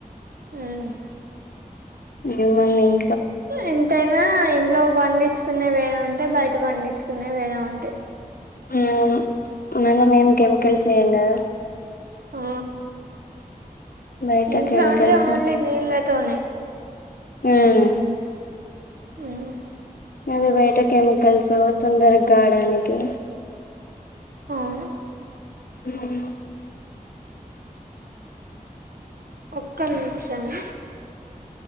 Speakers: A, on the right (about 80°); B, on the left (about 80°).
A: ఉమ్
B: ఇ మళ్ళీ ఇం
A: ఎంతైనా ఇంట్లో పండించ్ కునే వేరే ఉంటాయ్ బయట పండించుకునే వేరే ఉంటాయ్
B: ఉ అవును మనం ఏమ్ కెమికల్స్ ఏ యం గదా
A: ఆ
B: బయట
A: ఇంట్లో
B: కెమికల్స్
A: అంటే ఒన్లీ నీళ్ళతోనే
B: ఉమ్
A: ఉమ్
B: అదే బయట కెమికల్సు తొందరగాడానికి
A: అవును
B: హుమ్
A: ఒక్క నిమిషమ్